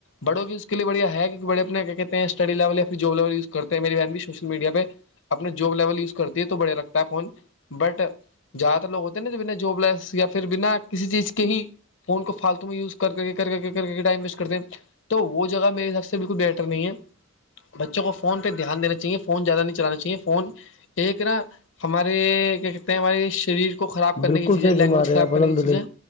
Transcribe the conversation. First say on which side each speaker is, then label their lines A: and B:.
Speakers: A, on the left; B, on the left.
A: بڑوں کی اس کے لیےڑیا ہے کیک بڑے اپنا کیا کہتے ہیں سٹڈی لیول یاھر جب لیول وز کرتے ہیںیری بہن بھی سوشل میڈیا پہ اپنا جاب لیول یوز کرتی ہے تو بڑھیا لگتا ہے فون بٹ زیادہ تر لوگتے نا بنا جب لیس یا پھر بنا کسی چیز کے ہی فون کو فالتو میں یوز کر کے کر کے ٹائم ویسٹ کرتے ہیں تو وہ جگہ میرے حساب سے بالکل بیہٹر نہیں ہے بچوں کو فون پہ دھیان دینا چاہیے فون زیادہ نہیں چلانا چاہیے فون ایک نا ہمارے کیا کہتے ہیں ہمارے شریر کو خراب کرنے
B: بالکل
A: کی چیزیں
B: صحیح
A: لینگویج
B: فرما رہے
A: خراب
B: ہیں آپ
A: کرنے
B: الحمد
A: کی چیزیں